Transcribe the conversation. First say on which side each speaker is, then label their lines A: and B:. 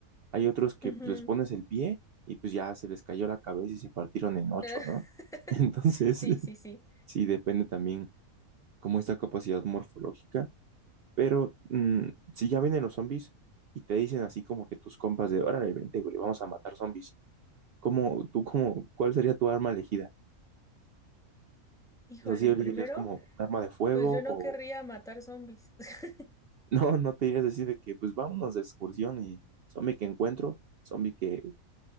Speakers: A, on the right; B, in the centre.
A: Hay otros que
B: Ujú.
A: pues les pones el pie y pues ya se les cayó la cabeza y se partieron en ocho,
B: <laughs>
A: ¿no? <laughs> Entonces,
B: Sí,
A: <laughs>
B: sí, sí.
A: sí, depende también como esta capacidad morfológica. Pero mm, si ya vienen los zombies y te dicen así como que tus compas de, órale, vente, güey, vamos a matar zombies. ¿Cómo, tú, cómo, cuál sería tu arma elegida?
B: Híjole,
A: O sea, si elegirías
B: primero,
A: como un arma de fuego
B: pues yo no
A: o
B: querría matar zombies. <laughs>
A: No, no te dirías así de que, pues vámonos de excursión y zombie que encuentro, zombie que,